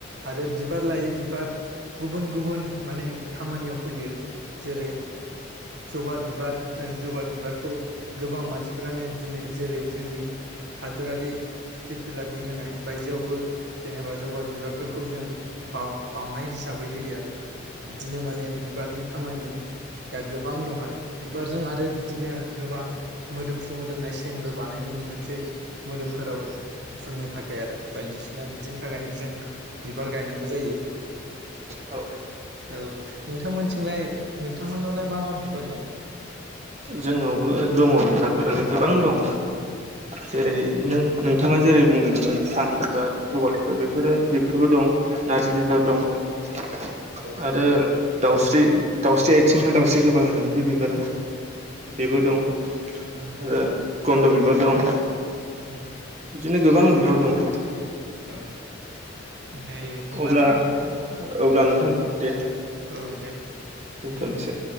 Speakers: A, on the right; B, on the right.
A: आरो बिबार लायै बिबार गुबुन गुबुन माने खामानियाव फैयो। जेरै जबा बिबार होन जबा बिबारखौ गोबां मानसिफ्रानो दिनै जेरै जोंनि हादरारि फिरफिला बिर होनाय बायदियावबो जेनेबा जबा बिबारफोरखौ जों बा बावनाय हिसाबै होयो आरो बिदिनो माने बिबारनि खामानि दा गोबां दं आरो बिबारजों आरो बिदिनो गोबां मोदोमफ्रु मोदोमनाय सेनबो बानायनो हमदोंसै मोदोमफोराव फुननो थाखाय आरो बायदिसिना बिदिनि थाखायनो जों बिबार गायनांगौ जायो।
B: औ
A: औ नोंथांमोनथिंलाय नोंथांमोननावलाय मा मा बिबार दं?
B: जोंनावबो दङ बिबारफोरालाय गोबां दं जेरै
A: औ
B: नों नोंथाङा जेरै बुंदों सान बिबार
A: औ
B: जबा बिबार बेफोरो बेफोरबो दं नारजि बिबार
A: औ
B: दं आरो
A: औ
B: दाउस्रि दावस्रि दाउस्रि आथिंना दाउस्रि गोबा होनो बे बिबारा
A: औ
B: बेबो दं
A: उम
B: आरो गन्न्द' बिबार दं
A: औ
B: बिदिनो गोबां बिबार दं
A: औ दे होमबाना
B: अब्ला
A: नोंथां
B: अब्ला नोंथां दे
A: औ दे
B: दन्थ'नोसै